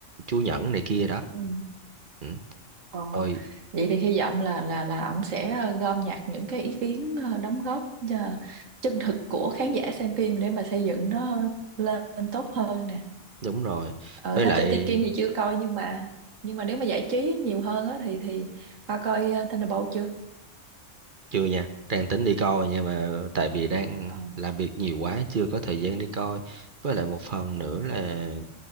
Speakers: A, on the right; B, on the right.
A: Chúa Nhẫn này kia đó
B: Ừ.
A: ừ.
B: Ờ.
A: Ôi,
B: vậy thì hy vọng là là là ông sẽ ờ, gom nhặt những cái ý kiến ờ, đóng góp ờ, chân thực của khán giả xem phim để mà xây dựng nó lên tốt hơn nè
A: đúng rồi.
B: ở
A: Với
B: Thám
A: lại
B: Tử Tây Kiên thì chưa coi nhưng mà nhưng mà nếu mà giải trí nhiều hơn á thì thì Hoa coi ờ, Thunderbolt chưa
A: chưa nha, đang tính đi coi nhưng mà tại vì đang
B: Ờ,
A: làm việc nhiều quá chưa có thời gian đi coi. Với lại một phần nữa là